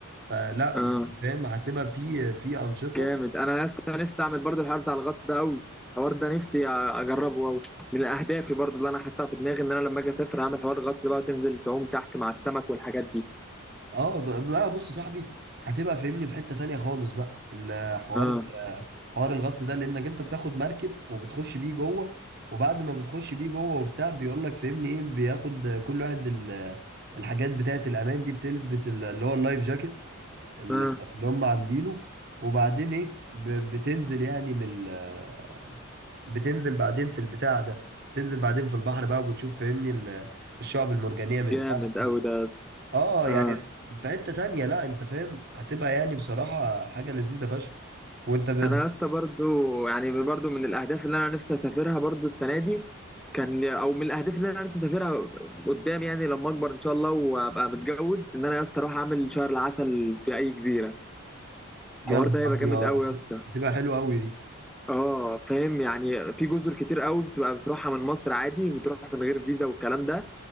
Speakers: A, on the right; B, in the centre.
A: فلا
B: اه
A: يعني فاهم هتبقى في في أنشطة
B: جامد انا يا اسطى نفسي اعمل برضو الحوار بتاع الغطس ده قوي الحوار ده نفسي أ- اجربه قوي من اهدافي برضو اللي انا حاططها في دماغي ان انا لما اجي اسافر هعمل حوار الغطس ده بقى وتنزل تعوم تحت مع السمك والحاجات دي
A: اه ده- لا بص يا صاحبي هتبقى فاهمني في حتة تانية خالص بقى الحوار
B: اه
A: حوار الغطس ده لانك انت بتاخد مركب وبتخش بيه جوه وبعد ما بتخش بيه جوه وبتاع بيقول لك فاهمني ايه بياخد كل واحد ال- الحاجات بتاعة الامان دي بتلبس ال- اللي هو اللايف جاكيت ال-
B: اه
A: اللي هم عاملينه وبعدين ايه ب- بتنزل يعني من ال- بتنزل بعدين في البتاع ده بتنزل بعدين في البحر بقى وبتشوف فاهمني ال- الشعب المرجانية من
B: جامد
A: تحت
B: قوي ده يا اسطى
A: اه
B: اه
A: يعني في حتة تانية لا انت فاهم هتبقى يعني بصراحة حاجة لذيذة فشخ وانت ب...
B: انا يا اسطى برضو يعني برضو من الاهداف اللي انا نفسي اسافرها برضو السنه دي كان او من الاهداف اللي انا نفسي اسافرها قدام يعني لما اكبر ان شاء الله وابقى متجوز ان انا يا اسطى اروح اعمل شهر العسل في اي جزيره
A: يا
B: الحوار
A: نهار
B: ده هيبقى جامد قوي
A: ابيض
B: يا اسطى
A: هتبقى حلوة قوي دي
B: اه فاهم يعني في جزر كتير قوي بتبقى بتروحها من مصر عادي بتروح من غير فيزا والكلام ده